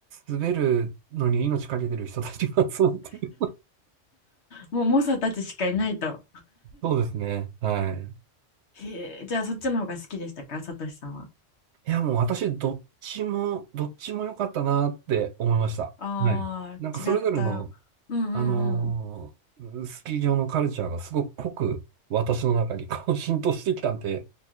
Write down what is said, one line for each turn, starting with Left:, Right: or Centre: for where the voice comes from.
Right: 滑るのに命かけてる人たちが集まってる。
Left: もう猛者たちしかいないと。
Right: <laughs> そうですね。はい。
Left: へえ、じゃあそっちの方が好きでしたか、さとしさんは。
Right: いや、もう私、どっちも、どっちも良かったなって思いました。
Left: ああ、
Right: はい。なんかそれぞれの、
Left: 違った。うんうんうん。
Right: あのースキー場のカルチャーがすごく濃く私の中にこう浸透してきたんで、